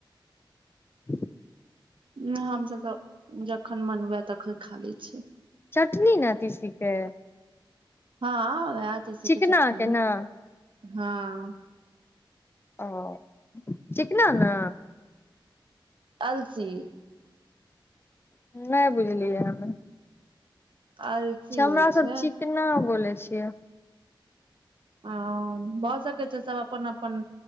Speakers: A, on the left (about 25°); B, on the right (about 75°).
A: ह <inaudible>
B: नहि हमसभ तऽ जखन मन हुए तखन खा लै छियै
A: चटनी न तीसीकेँ
B: हँ वएह तीसी
A: चिकना
B: केँ चटनी
A: के ने
B: हँ ह <inaudible>
A: ओ चिकना न
B: अलसी
A: नहि बुझलियै हमे
B: अलसी
A: हमरा
B: होइ
A: सब
B: छै
A: चिकना बोले छै
B: आ भऽ सकै छै सभ अपन अपन